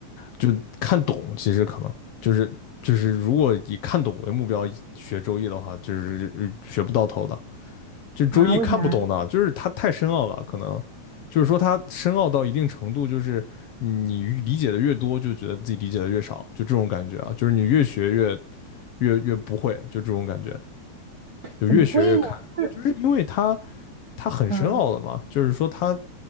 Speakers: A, on the left (about 65°); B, on the right (about 50°).
A: 就看懂，其实可能就是就是如果以看懂为目标学周易的话，就是嗯学不到头的。就周易看不懂的，
B: 啊，为啥？
A: 就是它太深奥了，可能就是说它深奥到一定程度，就是你理解的越多，就觉得自己理解的越少，就这种感觉啊，就是你越学越越越不会，就这种感觉，就越学越看，
B: 怎么会呢？是，
A: 就是因为它它很深奥的嘛，
B: 嗯
A: 就是说它